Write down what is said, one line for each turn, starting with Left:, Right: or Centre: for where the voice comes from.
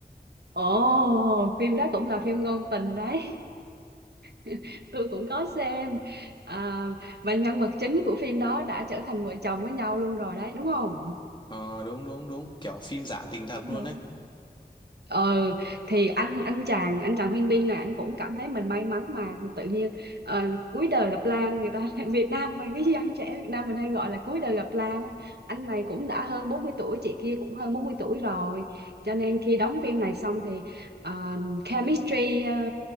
Right: ồ phim đó cũng là phim ngôn tình đấy <laughs> tôi cũng có xem à, và nhân vật chính của phim đó đã trở thành vợ chồng với nhau luôn rồi đấy đúng không
Left: Ờ đúng đúng đúng kiểu phim giả tình thật
Right: đúng
Left: luôn
Right: đúng
Left: đấy
Right: ừ thì anh anh chàng anh chàng Huyên Bin này anh cũng cảm thấy mình may mắn mà tự nhiên ờ, cuối đời gặp Lan người ta <laughs> Việt Nam mà cái dân trẻ Việt Nam mình hay gọi là cuối đời gặp Lan á. anh này cũng đã hơn 40 tuổi chị kia cũng hơn 40 tuổi rồi cho nên khi đóng phim này xong thì ờ, chemistry ờ,